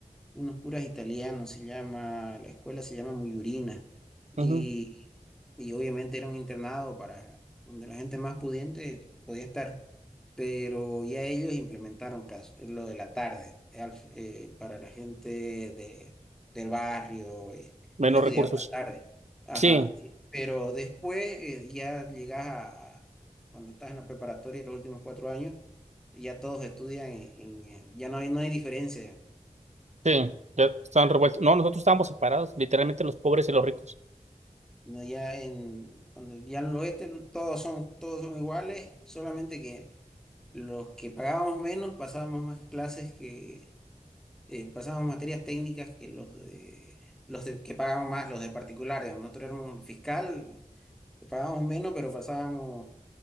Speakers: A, in the centre; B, on the right (about 55°).
A: unos curas italianos, se llama, la escuela se llama Muyurina, y,
B: ujú,
A: y obviamente era un internado para donde la gente más pudiente podía estar, pero ya ellos implementaron cas- lo de la tarde al- eh, para la gente de, del barrio. y-
B: Menos
A: yo estudiaba
B: recursos.
A: la tarde, ajá,
B: Sí,
A: y- pero después eh, ya llegas a, a- cuando estás en la preparatoria, los últimos cuatro años, ya todos estudian en, en- ya no hay, no hay diferencia.
B: sí, ya están revueltos. No, nosotros estábamos separados, literalmente los pobres y los ricos.
A: No, Ya en, cuando ya en el oeste todos son, todos son iguales, solamente que los que pagábamos menos pasábamos más clases que, eh, pasábamos materias técnicas que los de, los de- que pagaban más, los de particulares. Nosotros éramos fiscal, que pagábamos menos, pero pasábamos